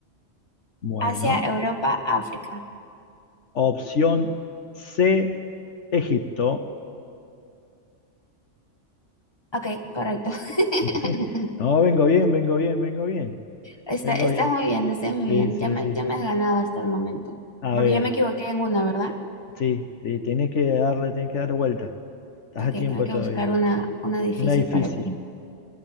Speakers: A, on the left; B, on the left.
A: Bueno,
B: Asia, Europa, África.
A: opción C, Egipto.
B: Ok, correcto. <laughs>
A: <laughs> No, vengo bien, vengo bien, vengo bien,
B: Está,
A: vengo
B: estás
A: bien.
B: muy bien, estás muy
A: Sí,
B: bien.
A: sí,
B: Ya me,
A: sí,
B: ya
A: sí,
B: me
A: sí.
B: has ganado hasta el momento.
A: A
B: Porque
A: ver,
B: yo me equivoqué en una, ¿verdad?
A: sí, sí, tienes que darle, tienes que dar vuelta. Estás
B: Ok,
A: a tiempo
B: tengo que
A: todavía.
B: buscar una, una difícil
A: Una difícil.
B: para ti.